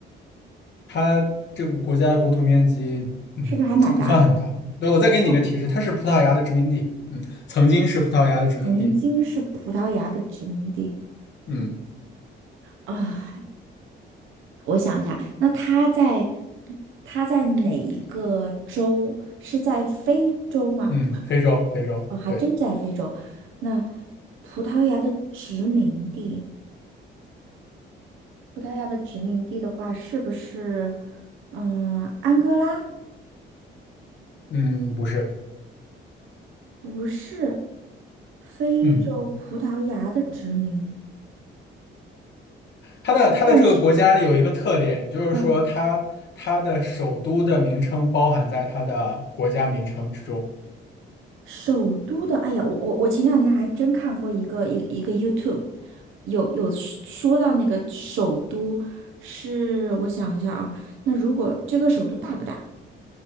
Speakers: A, on the left; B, on the right.
A: 它这个国家的国土面积，嗯，
B: 是不是还蛮大的？
A: 不算很大。那我再给你一个提示，
B: 嗯
A: 它是葡萄牙的殖民地，嗯，曾经是葡萄牙的殖民地，
B: 曾经是葡萄牙的殖民地
A: 嗯
B: 啊，我想一下，那它在它在哪一个州？是在非洲吗？
A: 嗯，非洲，非洲，
B: 哦，还真在非洲。
A: 对，
B: 那葡萄牙的殖民地。葡萄牙的殖民地的话，是不是嗯安哥拉？
A: 嗯，不是，
B: 不是，非洲葡萄牙的殖民，
A: 嗯，它的它的这个国家有一个特点，
B: 但是
A: 就是说它它的首都的名称包含在它的国家名称之中，
B: 嗯，首都的，哎呀，我我我前两天还真看过一个一一个 YouTube，有有说说到那个首都是，我想一下啊，那如果这个首都大不大？